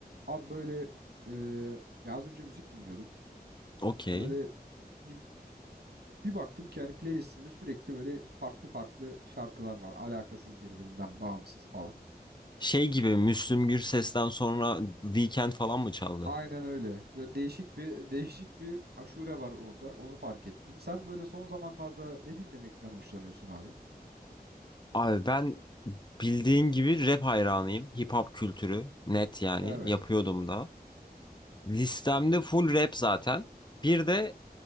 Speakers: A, on the right (about 85°); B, on the left (about 25°).
A: Abi böyle eee ya az önce müzik dinliyordum.
B: Okey.
A: Böyle bir, bir baktım ki hani playlistimde sürekli böyle farklı farklı şarkılar var. Alakasız birbirinden bağımsız falan.
B: Şey gibi Müslüm Gürses'ten sonra Weekend falan mı çaldı?
A: Aynen öyle. Böyle değişik bir değişik bir aşure var orada. Onu fark ettim. Sen böyle son zamanlarda ne dinlemekten hoşlanıyorsun abi?
B: Abi ben bildiğin gibi rap hayranıyım. Hip hop kültürü net yani
A: Evet.
B: yapıyordum da. Listemde full rap zaten. Bir de